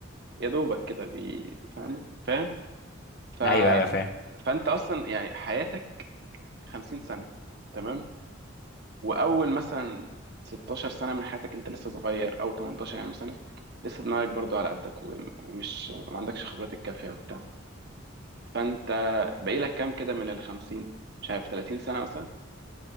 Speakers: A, on the right; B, on the left.
A: يا دوبك كده بي... فاهم فاهم ف...
B: ايوه ايوه فاهم
A: فانت اصلا يعني حياتك 50 سنه تمام واول مثلا 16 سنه من حياتك انت لسه صغير او 18 يعني سنه لسه دماغك برضو على قدك وم- ومش ما عندكش خبرات الكافيه وبتاع فانت باقي لك كام كده من ال 50 مش عارف 30 سنه مثلا